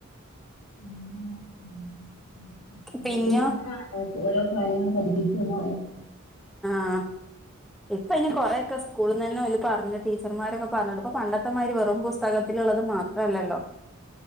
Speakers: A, on the left; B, in the centre.
A: അ നമ്മ
B: പിന്നോ
A: വേണ്ട ഓരോ കാര്യങ്ങൾ പഠിപ്പിച്ചു കൊടു
B: ആ ഇപ്പ ഇനി കൊറെൊക്കെ സ്കൂളിൽന്ന്ന്നെ പറഞ്ഞട്ട് ടീച്ചർമാരൊക്കെ പറഞ്ഞട്ട് ഇപ്പൊ പണ്ടത്തെമാര് പറ വെറും പുസ്തകത്തിലുള്ളത് മാത്രല്ലല്ലോ